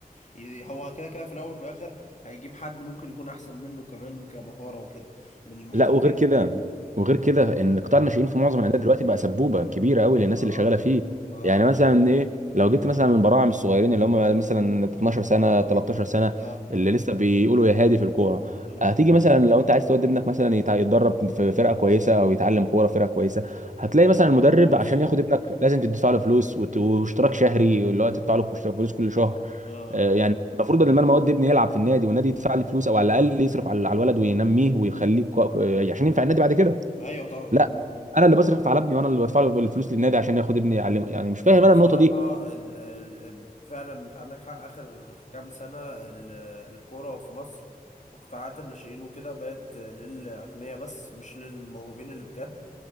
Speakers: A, on the left; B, on the right.
A: ي- هو كده كده في الاول وفي الاخر هيجيب حد ممكن يكون احسن منه كمان كمهارة وكده من المحترفين
B: لا وغير كده وغير كده ان قطاع الناشئين
A: اه
B: في معظم الانديه دلوقتي بقى سبوبه كبيره قوي للناس
A: اه
B: اللي شغاله فيه
A: اه اه
B: يعني مثلا ايه لو جبت مثلا من براعم الصغيرين اللي هم مثلا 12 سنه 13 سنه
A: اه
B: اللي لسه بيقولوا يا هادي في الكوره
A: آه،
B: هتيجي مثلا لو انت عايز تودي ابنك مثلا يتع- يتدرب في فرقه كويسه او يتعلم كوره في فرقه كويسه هتلاقي مثلا المدرب
A: فلوس
B: عشان ياخد ابنك لازم تدفع له فلوس وت- واشتراك
A: اه
B: شهري اللي هو تدفع له اشتراك فلوس كل شهر
A: اه
B: آه، يعني المفروض بدل ما المواد دي ابني يلعب في النادي والنادي يدفع لي فلوس او على الاقل يصرف على على الولد وينميه ويخليه كو- آه، عشان ينفع النادي بعد كده
A: ايوه طبعا
B: لا انا اللي بصرف على ابني وانا اللي بدفع له الفلوس للنادي عشان ياخد ابني يعلمه يعني مش فاهم
A: آه، بصراحة
B: انا النقطه دي
A: ال... ال- فعلا انت عندك حق اخر كام سنة ال... الكورة في مصر وقطاعات الناشئين وكده بقت للاغنياء بس مش للموهوبين اللي بجد